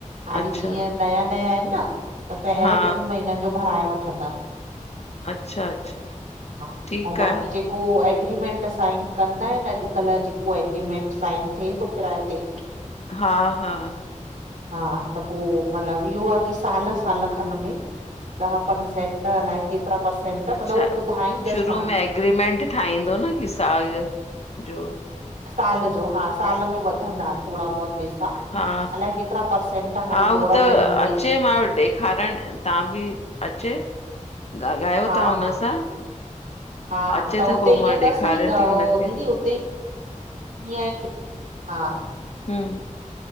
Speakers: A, on the right; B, on the left.
A: हाली
B: अच्छा
A: जीअं नया नया आहिन न त पहिरें
B: हा
A: ट्रिं महीनन जो भराए वठंदा।
B: अच्छा अच्छा
A: अऊं
B: ठीकु
A: बाकी
B: आहे
A: जो जेको एग्रीमेंट साइन कंदा आइन, अॼुकल्ह जेको एग्रीमेंट साइन थिए तो किराए ते
B: हा हा।
A: हा, त पो मतिलबु ईयो आ कि साल साल खण में ॾह परसेंट अलाए केतिरा परसेंट मतलब
B: अच्छा
A: उहो ॿुधाईंदस
B: शुरू में एग्रीमेंट ठाहींदो न कि साल ॼो, ॼो
A: साल ॼो, हा साल में वधंदा थोड़ा बहुत पेसा,
B: हा
A: अलाए केतिरा परर्सेंट हाणें
B: हा हू
A: जोड़ंदा
B: त
A: आहिन उहे।
B: अचे मां चयो ॾेखारण तां ॿि अचे् ॻाल्हायो
A: हा
B: तहां उन
A: हा
B: सां।
A: हा,
B: अचे
A: हा त हुते
B: पोइ
A: ईअं
B: मां
A: तसीं
B: ॾेखारियां
A: अ
B: थी हुनखे
A: ओ दीदी उते ीअ हा <unintelligible>
B: हां